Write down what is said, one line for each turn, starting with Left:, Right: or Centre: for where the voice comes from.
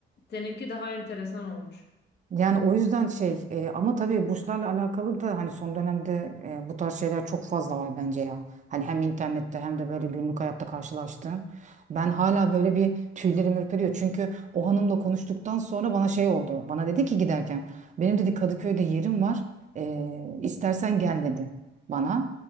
Left: Seninki daha enteresan olmuş.
Right: Yani o yüzden şey e, ama tabii burslarla alakalı da hani son dönemde e, bu tarz şeyler çok fazla var bence ya. Hani hem internette hem de böyle günlük hayatta karşılaştığım. Ben hala böyle bir tüylerim ürperiyor. Çünkü o hanımla konuştuktan sonra bana şey oldu. Bana dedi ki giderken benim dedi Kadıköy'de yerim var. E, istersen gel dedi bana.